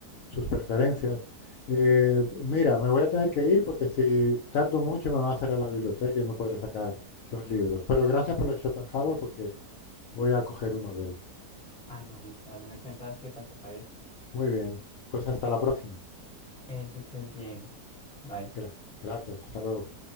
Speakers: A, on the left (about 65°); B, in the centre.
A: sus preferencias. Eh, mira, me voy a tener que ir porque si tardo mucho me va a cerrar la biblioteca y no podré sacar los libros. Pero gracias por lo de Schopenhauer porque voy a coger uno de él.
B: Ah, no, listo, dale, me cuentas qué tal te parece.
A: Muy bien, pues hasta la próxima.
B: Eh, que estés bien. Bye.
A: Gra- Gracias, hasta luego.